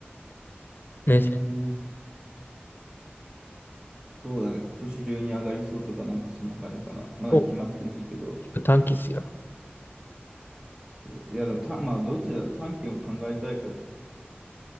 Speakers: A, on the left (about 60°); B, on the right (about 20°).
A: 目線
B: うーん、そうだね、今年中に上がりそうとか、なんかそんな感じかな。まだ決まってないけど、
A: お短期っすよ。
B: そういや、でもた、まあ、どっちだ、短期を考えたいけどね、